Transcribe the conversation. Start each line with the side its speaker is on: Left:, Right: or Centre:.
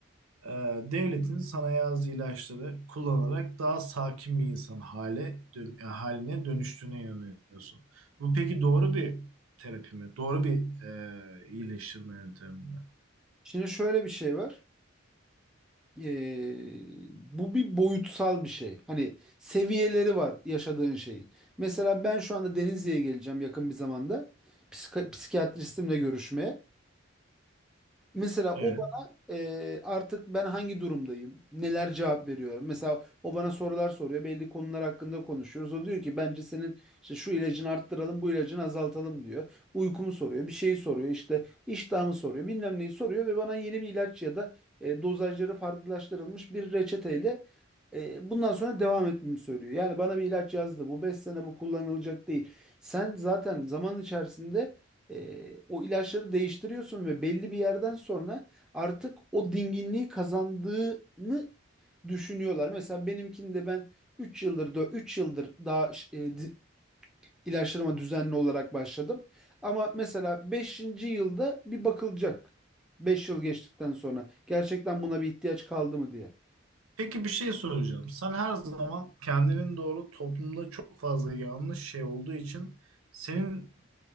Right: e, devletin sanayi ağzı ilaçları kullanarak daha sakin bir insan hale dön- yani haline dönüştüğüne inanıyorsun. Bu peki doğru bir terapi mi? Doğru bir e, iyileştirme yöntemi mi?
Centre: Şimdi şöyle bir şey var. Ee, bu bir boyutsal bir şey. Hani seviyeleri var yaşadığın şeyin. Mesela ben şu anda Denizli'ye geleceğim yakın bir zamanda. Psika- psikiyatristimle görüşmeye. Mesela
Right: Evet.
Centre: o bana e, artık ben hangi durumdayım, neler cevap veriyorum. Mesela o bana sorular soruyor, belli konular hakkında konuşuyoruz. O diyor ki bence senin işte şu ilacını arttıralım, bu ilacını azaltalım diyor. Uykumu soruyor, bir şeyi soruyor, işte iştahımı soruyor, bilmem neyi soruyor ve bana yeni bir ilaç ya da e, dozajları farklılaştırılmış bir reçeteyle e, bundan sonra devam etmemi söylüyor. Yani bana bir ilaç yazdı, bu 5 sene bu kullanılacak değil. Sen zaten zaman içerisinde e, o ilaçları değiştiriyorsun ve belli bir yerden sonra artık o dinginliği kazandığını düşünüyorlar. Mesela benimkinde ben 3 yıldır da 3 yıldır daha e, di- ilaçlarıma düzenli olarak başladım. Ama mesela beşinci yılda bir bakılacak. 5 yıl geçtikten sonra gerçekten buna bir ihtiyaç kaldı mı diye.
Right: Peki bir şey soracağım. Sen her zaman kendinin doğru toplumda çok fazla yanlış şey olduğu için senin